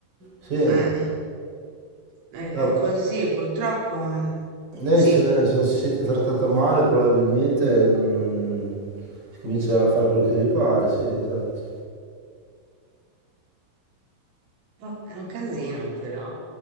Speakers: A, on the right; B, on the right.
A: sì.
B: Eh, eh,
A: No,
B: è così, purtroppo, eh,
A: lei
B: sì.
A: se, se non si sente trattata male probabilmente non, non- si comincia a fare quello che gli pare, sì, esatto.
B: Oh, È un casino però.